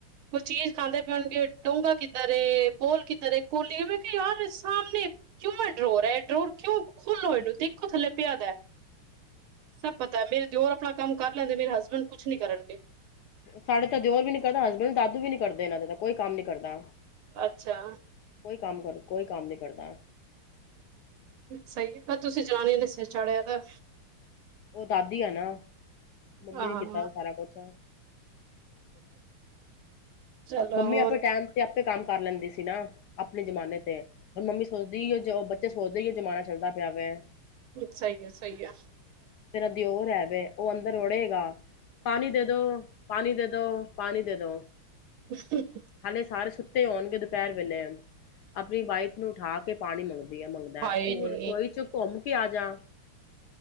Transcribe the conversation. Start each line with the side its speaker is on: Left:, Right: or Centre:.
Right: ਕੋਈ ਚੀਜ਼ ਖਾਂਦੇ ਵੀ ਹੁੰਦੀ ਆ, ਡੂੰਗਾ ਕਿੱਥੇ ਬੋਲ ਕਿੱਥੇ ਵੇ ਮੈਂ ਕਿਹਾ ਬਿਲਕੁਲ ਸਾਹਮਣੇ ਪਿਆ ਡਰੋਅਰ ਕਿਉਂ ਹੈਗੇ ਨੇ ਖੁੱਲੋ ਇਹਨੂੰ ਮੈਂ ਕਿਹਾ ਬਿਲਕੁਲ ਸਾਹਮਣੇ ਪਿਆ ਡਰੋਅਰ ਕਿਉਂ ਹੈਗੇ ਨੇ ਖੋਲੋ ਇਹਨੂੰ ਦੇਖੋ ਥੱਲੇ ਪਿਆ ਦਾ ਸਭ ਪਤਾ ਮੇਰੇ ਦਿਓਰ ਆਪਣਾ ਕਰ ਲੈਂਦੇ ਮੇਰੇ ਹਸਬੈਂਡ ਕੁਛ ਨੀ ਕਰਨਗੇ
Left: ਸਾਡੇ ਤਾਂ ਦਿਓਰ ਵੀ ਨੀ ਕਰਦਾ ਹਸਬੈਂਡ ਦਾਦੂ ਵੀ ਨੀ ਕਰਦੇ ਇਹਨਾਂ ਦੇ ਤਾਂ ਕੋਈ ਕੰਮ ਨੀ ਕਰਦਾ
Right: ਅੱਛਾ
Left: ਕੋਈ ਕੰਮ ਕਰ ਕੋਈ ਕੰਮ ਨੀ ਕਰਦਾ
Right: ਸਹੀ ਬ ਤੁਸੀਂ ਜਨਾਨੀਆਂ ਨੇ ਸਿਰ ਚਾੜਿਆ ਤਾਂ
Left: ਉਹ ਦਾਦੀ ਆ, ਨਾ ਮੰਮੀ
Right: ਹਾਂ,
Left: ਨੇ ਕੀਤਾ ਸਾਰਾ ਕੁਛ
Right: ਚਲੋ
Left: ਮੰਮੀ
Right: ਹੋਰ
Left: ਆਪਣੇ ਟਾਈਮ ਤੇ ਆਪ ਕੰਮ ਕਰ ਲੈਂਦੀ ਸੀ ਨਾ ਆਪਣੇ ਜਮਾਨੇ ਤੇ, ਹੁਣ ਮੰਮੀ ਸੋਚਦੀ ਉਹ ਬੱਚੇ ਸੋਚਦੇ ਉਹ ਜ਼ਮਾਨਾ ਚੱਲਦਾ ਪਿਆ ਵੇ
Right: ਸਹੀ ਹੈ, ਸਹੀ ਹੈ
Left: ਦਿਓ ਰਹਿਵੇ ਉਹ ਅੰਦਰ ੜੇਗਾ ਪਾਣੀ ਦੇ ਦੋ, ਪਾਣੀ ਦੇ ਦੋ, ਪਾਣੀ ਦੇ ਦੋ
Right: <unintelligible>
Left: ਹਾਲੇ ਸਾਰੇ ਸੁ ਤੇ ਆਉਣਗੇ ਦੁਪਹਿਰ ਵੇਲੇ ਆਪਣੀ ਵਾਈਫ ਨੂੰ ਉਠਾ ਕੇ ਪਾਣੀ ਮੰਗਦਾ ਵਧੀਆ ਮੰਗਦਾ
Right: ਹਾਏ
Left: ਤੂੰ
Right: ਨੀ,
Left: ਰਸੋਈ ਚੌ ਘੁੰਮ ਕੇ ਆ ਜਾ